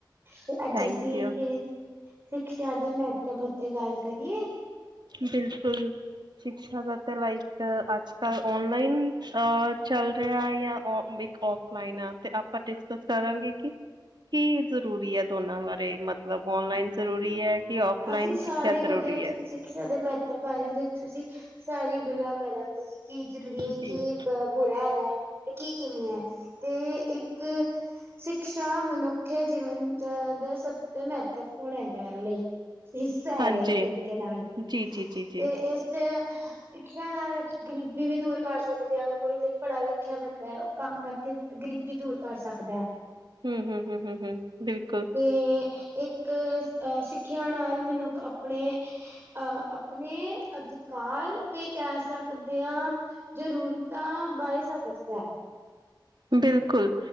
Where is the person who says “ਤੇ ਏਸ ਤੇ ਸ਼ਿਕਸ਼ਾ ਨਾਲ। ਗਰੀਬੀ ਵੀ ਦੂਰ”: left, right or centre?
Right